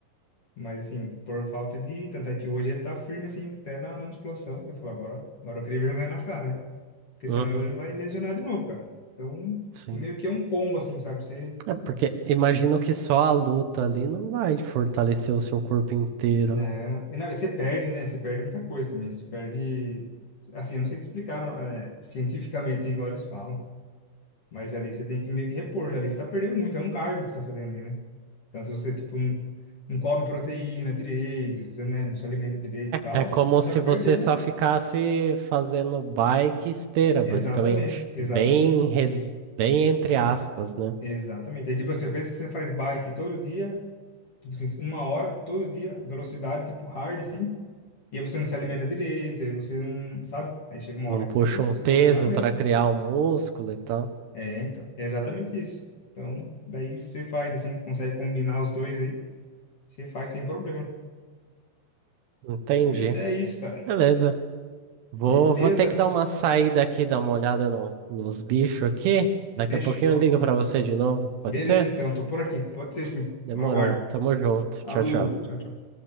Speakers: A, on the left; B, on the right.
A: Mas assim, por falta de. Tanto é que hoje ele tá firme, assim, até na, na musculação. Eu falo, agora, agora eu queria vergonha na cara, né? Porque
B: Uhum,
A: senão ele vai lesionar de novo, cara. Então,
B: sim.
A: meio que é um combo, assim, sabe? Você
B: É porque imagino que só a luta ali não vai fortalecer o seu corpo inteiro,
A: Não,
B: né?
A: e não, e você perde, né? Você perde muita coisa também. Você perde. Assim, eu não sei te explicar é, cientificamente, assim, igual eles falam. Mas ali você tem que meio que repor. Ali você tá perdendo muito. É um cardio que você tá fazendo ali, né? Então, se você, tipo, não, não come proteína direito, você, né, não se alimenta direito e tal,
B: É, é como
A: você tá
B: se
A: perdendo.
B: você só ficasse fazendo bike e esteira,
A: Exatamente,
B: basicamente.
A: exatamente,
B: Bem, res... Bem entre aspas, né?
A: exatamente. Aí, tipo assim, eu penso que você faz bike todo dia, tipo assim, uma hora, todo dia, velocidade, tipo, hard, assim. E aí você não se alimenta direito, aí você não, sabe? Aí chega uma
B: Não
A: hora que
B: puxa
A: você, seu
B: um peso
A: corpo não aguenta.
B: para criar um músculo e tal.
A: É, então, é exatamente isso. Então, daí se você faz assim, consegue combinar os dois aí, você faz sem problema.
B: Entendi.
A: Mas é isso, cara.
B: Beleza. Vou,
A: Beleza?
B: vou ter que dar uma saída aqui, dar uma olhada no- nos bichos aqui.
A: Fechou.
B: Daqui a pouquinho eu ligo pra você de novo, pode
A: Beleza,
B: ser?
A: então, tô por aqui. Pode ser sim.
B: Demorou.
A: Eu aguardo.
B: Tamo junto.
A: Alô,
B: Tchau, tchau.
A: tchau, tchau.